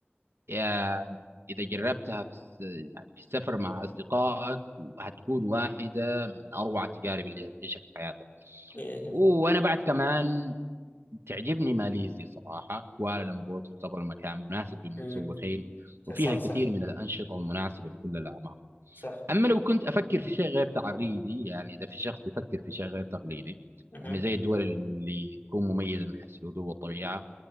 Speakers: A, on the right; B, on the left.
A: يعني إذا جربتها في الس... يعني في السفر مع أصدقائك هتكون واحدة من أروع التجارب اللي هتعيشها في حياتك
B: إيه
A: وأنا بعد كمان تعجبني ماليزيا صراحة كوالالمبور تعتبر مكان مناسب للمتسوقين
B: امم
A: وفيها
B: صح
A: الكثير
B: صح
A: من الأنشطة المناسبة لكل الأعمار
B: صح
A: أما لو كنت أفكر في شيء غير تعريدي يعني إذا في شخص بيفكر في شيء غير تقليدي
B: اها
A: يعني زي الدول اللي تكون مميزة من حيث الهدوء والطبيعة